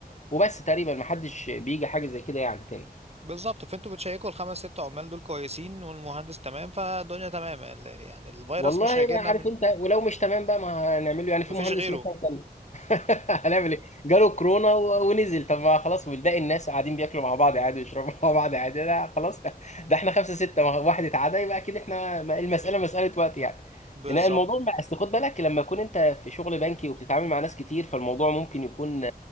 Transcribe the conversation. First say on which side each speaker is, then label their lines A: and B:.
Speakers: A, on the left; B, on the right.
A: وبس تقريبا ما حدش بيجي حاجة زي كده يعني تاني
B: بالظبط فانتوا بتشيكوا الخمس ست عمال دول كويسين والمهندس تمام فالدنيا تمام ال- يعني الفيروس
A: والله
B: مش هيجيلنا
A: ما عارف
B: من
A: انت ولو مش تمام بقى ما هنعمله يعني في
B: مفيش
A: مهندس
B: غيره
A: مثلا كان <laughs> هنعمل ايه جاله كورونا و- ونزل طب ما خلاص والباقي الناس قاعدين بياكلوا مع بعض عادي ويشربوا <laughs> مع بعض عادي لا خلاص ده احنا خمسة ستة ما- واحد اتعدى يبقى اكيد احنا ما- المسألة مسألة وقت يعني
B: بالظبط
A: ان الموضوع بقى اصل خد بالك لما يكون انت في شغل بنكي وبتتعامل مع ناس كتير فالموضوع ممكن يكون